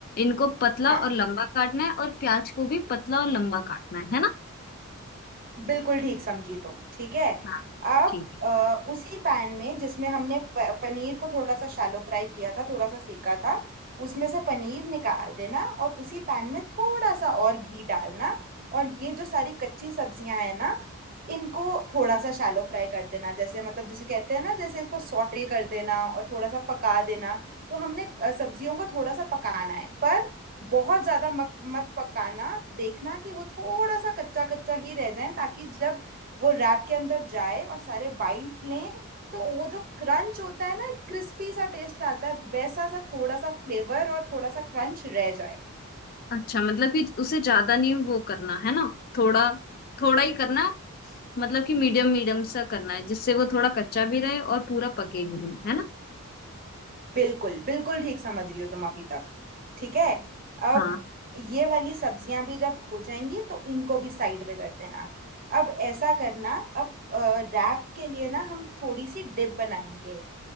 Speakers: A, on the left; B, on the right.
A: इनको पतला
B: हाँ
A: और लंबा काटना है और प्याज को भी पतला और लंबा काटना है है ना
B: बिल्कुल ठीक समझी तुम ठीक है
A: हाँ
B: अब
A: ठीक है
B: अ, उसी पैन में जिसमें हमने प- पनीर को थोड़ा सा शैलो फ्राई किया था थोड़ा सा सेका था उसमें से पनीर निकाल देना और उसी पैन में थोड़ा सा और घी डालना और ये जो सारी कच्ची सब्जियां हैं ना इनको थोड़ा सा शैलो फ्राई कर देना जैसे मतलब जिसे कहते हैं ना जैसे इसको सॉटे कर देना और थोड़ा सा पका देना तो हमने अ, सब्जियों को थोड़ा सा पकाना है पर बहुत ज्यादा मत, मत पकाना देखना कि वो थोड़ा सा कच्चा कच्चा ही रह जाए ताकि जब वो रैप के अंदर जाए और सारे बाइट लें तो वो जो क्रंच होता है ना एक क्रिस्पी सा टेस्ट आता है वैसा सा थोड़ा सा फ्लेवर और थोड़ा सा क्रंच रह जाए
A: अच्छा मतलब कि उसे ज्यादा नहीं वो करना है ना थोड़ा थोड़ा ही करना है मतलब कि मीडियम मीडियम सा करना है जिससे वो थोड़ा कच्चा भी रहे और पूरा पके भी नहीं है ना
B: बिल्कुल बिल्कुल ठीक समझ रही हो तुम अभी तक ठीक है अब
A: हाँ
B: ये वाली सब्जियां भी जब हो जाएंगी तो इनको भी साइड में कर देना अब ऐसा करना अब रैप के लिए ना हम थोड़ी सी डिप बनाएंगे